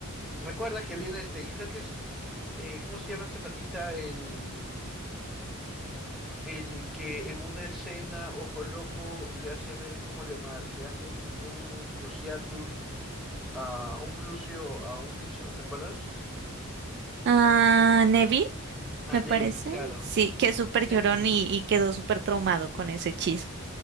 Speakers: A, in the centre; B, on the right.
A: Recuerda que viene este, creo que es, eh, ¿cómo se llama este patita? El, el que en una escena, ojo loco, le hace ver cómo le, ma- le hace un, un cruciatus, a un crucio a un bicho, ¿te acuerdas?
B: Ah, Neville,
A: A
B: me
A: Neville,
B: parece.
A: claro.
B: Sí, que es súper
A: Ne-
B: llorón y, y quedó súper traumado con ese hechizo.